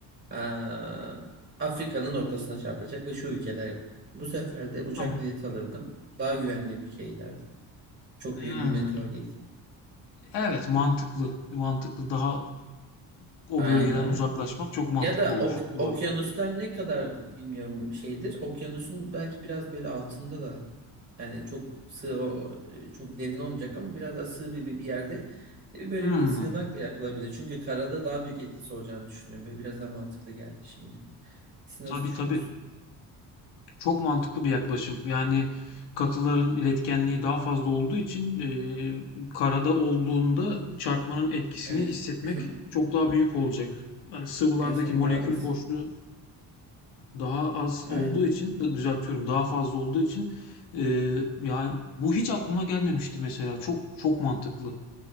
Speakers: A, on the right; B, on the left.
A: aa, Afrika'nın ortasına çarpacak ve şu ülkeler. Bu sefer de uçak
B: Tamam.
A: bileti alırdım. Daha güvenli bir ülkeye giderdim. Çok
B: Hımm.
A: büyük bir meteor değil.
B: Evet, mantıklı. Mantıklı. Daha o
A: Aynen.
B: bölgeden uzaklaşmak çok mantıklı
A: Ya da
B: olur.
A: ok-
B: Doğru.
A: okyanuslar ne kadar bilmiyorum şeydir. Okyanusun belki biraz böyle altında da yani çok sığ o- çok derin olmayacak ama biraz daha sığ bir, bir bir yerde e, böyle
B: Hımm.
A: bir sığınak da yapılabilir. Çünkü karada daha büyük etkisi olacağını düşünüyorum. Böyle biraz daha mantıklı geldi şimdi. Siz
B: Tabii,
A: nasıl düşünüyorsunuz?
B: tabii. Çok mantıklı bir yaklaşım. Yani katıların iletkenliği daha fazla olduğu için, eee, karada olduğunda çarpmanın etkisini
A: Evet.
B: hissetmek
A: <clears throat>
B: çok daha büyük olacak. Hani sıvılardaki
A: Yani sanki
B: molekül
A: daha da s-
B: boşluğu Daha az
A: aynı
B: olduğu için düzeltiyorum. Daha fazla olduğu için e, yani bu hiç aklıma gelmemişti mesela. Çok çok mantıklı.